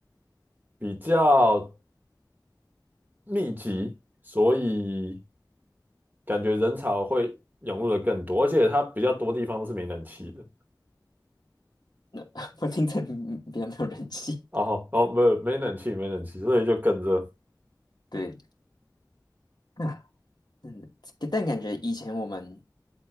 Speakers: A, on the right; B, on the left.
A: 比较密集，所以感觉人潮会涌入的更多，而且它比较多地方都是没冷气的。
B: <laughs> 我听着嗯比较没有人气。
A: 哦好哦，没有没冷气，没冷气，所以就更热。
B: 对啊，真的，但感觉以前我们